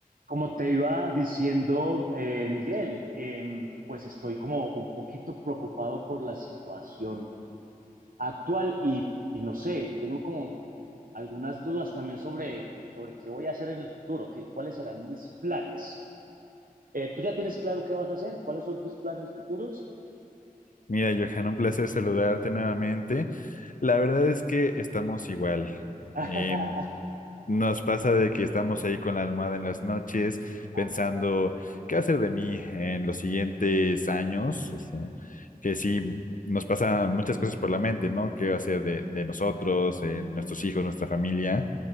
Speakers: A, on the right; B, on the left.
A: Como te iba diciendo, eh, Miguel, em, pues estoy como un poquito preocupado por la situación actual y, y no sé, tengo como algunas dudas también sobre, sobre qué voy a hacer en el futuro, qué, cuáles serán mis planes. Eh, ¿tú ya tienes claro qué vas a hacer? ¿Cuáles son tus planes futuros?
B: Mira, Johan, un placer saludarte nuevamente. La verdad es que estamos igual.
A: <laughs>
B: Eh, nos pasa de que estamos ahí con la almohada en las noches,
A: Ajá,
B: pensando qué hacer de mí en los siguientes años. O sea, que sí, nos pasan muchas cosas por la mente, ¿no? ¿Qué hacer de, de nosotros, de nuestros hijos, nuestra familia?